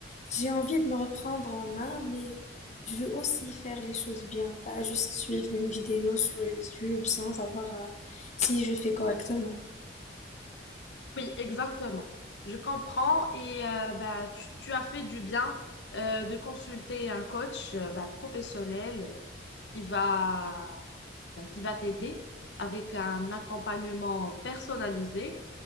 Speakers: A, on the left (about 40°); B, on the left (about 70°).
A: J'ai envie de me reprendre en main, mais je veux aussi faire les choses bien, pas juste suivre une vidéo sur YouTube sans savoir euh, si je fais correctement.
B: Oui, exactement. Je comprends et euh, bah, tu, tu as fait du bien euh, de consulter un coach euh, bah, professionnel euh, qui va, bah, qui va t'aider avec un accompagnement personnalisé.